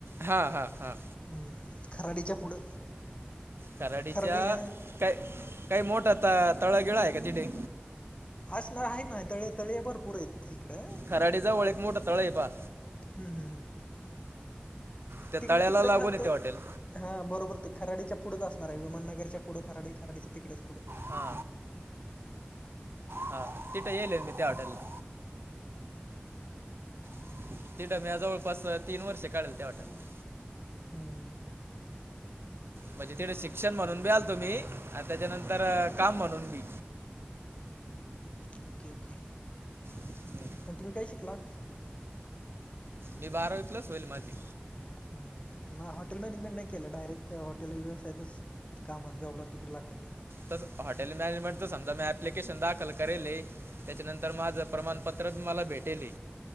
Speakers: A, on the right; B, on the left.
A: हां हां हां
B: हम्म. खराडीच्या पुढं,
A: कराडीच्या
B: खराडी ह
A: काय काही मोठा, तळागिळा आहे का तिथे.
B: हसं न हायन‌ ना, तळ तळे भरपूर आहेत हिकडं.
A: खराडी जवळ एक, मोठं तळ आहे पहा.
B: हम हम हम.
A: त्या
B: तिकडें
A: तळ्याला
B: तिकडंच
A: लागून
B: हा
A: आहे
B: ते.
A: हॉटेल
B: हा बरोबर ते खराडीच्या पुढंच असणार आहे, विमानगरच्या पुढं खराडी खराडीच्या तिकडंच.
A: हा हा. तिट गेलं मी त्या हॉटेल ला. <unintelligible> जवळपास तीन वर्ष काढल त्या हॉटेला.
B: हम्म.
A: म्हणजे तिकडे शिक्षण म्हणून बी आलतो मी, आणि त्याच्यानंतर काम म्हणून बी.
B: Okay okay.
A: हम्म.
B: पण तुम्ही काय शिकला.
A: हे बारावी प्लस होईल माझी.
B: हम. हॉटेल मॅनेजमेंट नाही केलं, डायरेक्ट हॉटेल व्यवसायतच. कामाला जॉबला तिकडे लागलाय.
A: त हॉटेल मॅनेजमेंटच समजा मी, अप्लिकेशन दाखल करेल त्याच्यानंतर माझं प्रमाण. पत्र मला भेटेल